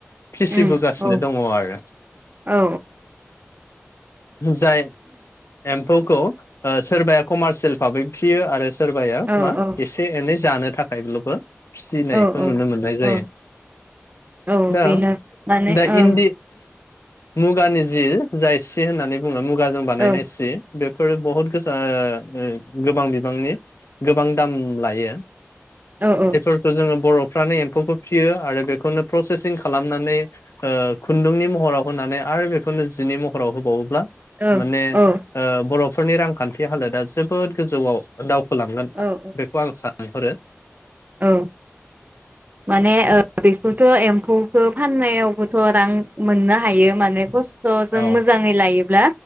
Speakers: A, on the left; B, on the right.
A: फिसि
B: उम
A: बोगासिनो
B: औ
A: दङ आरो
B: औ
A: जाय एम ख खौ ओ सोरबाया कमार्सियेल भाबै फियो आरो सोरबाया
B: औ
A: मा
B: औ
A: एसे एनै जानो थाखायल'बो। फिसिनायखौ
B: औ
A: नुनो मोननाय जायो
B: औ औ
A: दा
B: बेनो माने
A: दा
B: ओं
A: इन्दि मुगानि जि जाय सि होननानै बुङो मुग मुगाजों बानायनाय
B: औ
A: सि। बेफोरो बहुत गोसा ओ गोबां बिबांनि गोबां दाम लायो ।
B: औ औ ।
A: जोङो बरफ्रानो एम्फौखौ फियो आरो बेखौनो प्रसेसिं खालामनानै ओ खुन्दुंनि महराव होनानै आरो बेखौनो जिनि महराव होबावोब्ला
B: औ
A: माने ओ
B: औ
A: बर फोरनि रांखान्थि हालोदा जोबोद गोजौाव दाव होलांगोन
B: औ
A: बेखौ आं सान लेंहरो
B: औ । माने ओ बेखौथ एम्फौखौ फाननायावबोथ रां मोननो हायो माने खस्थजों
A: औ
B: मोजाङै लायोब्ला